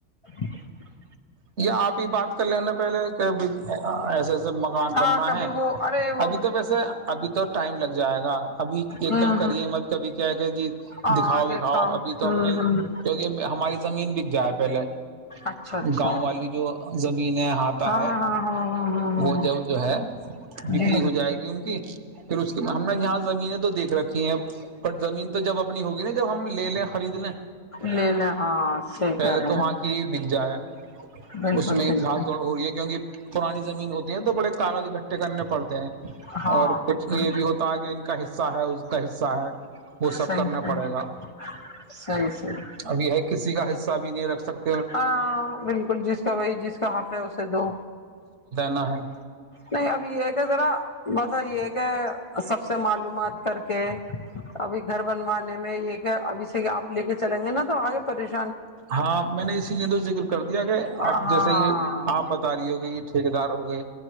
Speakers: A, on the left; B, on the right.
A: <inaudible>
B: یا آپ ہی بات کر لینا پہلے ایسے ایسے مکان
A: ہاں
B: بننا
A: کبھی
B: ہے
A: وہ ارے وہ
B: ابھی تو ویسے ابھی تو ٹائم لگ جائے گا ابھی ایک
A: ہوں
B: دم کریے
A: ہوں
B: مت کبھی کیا کہ جی
A: آگے
B: دکھاؤ دکھاؤ
A: کام
B: ابھی تو
A: ہوں
B: ہم نے
A: ہوں
B: کیکہ ہماری زمین بک جائے پہلے
A: اچھا اچھا
B: گاؤں <unintelligible> جو زمین ہے ہاتھ تا
A: ہاں
B: ہے
A: ہاں ہاں ہاں ہاں
B: وہ
A: ہاں
B: جب جو ہے بکری
A: جی
B: ہو جائے گی ان کی پھر اس کے ہم نے یہاں زمینیں تو دیکھ رکھ پر زمین تو جب اپنی ہوگی نا جب ہم لے لیں خرید لیں
A: لے لے ہاں صحی
B: پہلے
A: کر رہے
B: تو
A: ہیں
B: وہاں کی بک جائے
A: بالکل
B: اس میں
A: بالکل
B: بھاگ توڑ ہو رہی ہے کیونکہ پرانی زمین ہوتی ہے تو بڑے کاغذ اٹھے کرنے پڑتے ہیں
A: ہاں
B: اور
A: بالکل
B: کچھ یہ بھی ہوتا ہے کہ ان کا حصہ ہے اس کا حصہ ہے وہ سب
A: صحیح
B: کرنا
A: صحیح
B: پڑے گا
A: صحیح صحیح
B: ابھی ہے کسی کا حصہ سا بھی نہیں رکھ سکت
A: ہاں بل جس کا وہی جس کا حق ہے اسے دو
B: نہائے
A: نہیں ابھی یہ کہ ذرا بس یہ کہ سب سے معلومات کر کے ابھی گھر بنوانے میں یہ کہ ابھی آپے کے چلیں گے نا تو آگے پریش
B: ہاں میں نے اسی لیے تو ذکر کر دیا کہ
A: ہاں
B: اب جیسے یہ آپ بتا رہی ہو کہ یہ ٹھیک ٹھیکے دار ہو گئے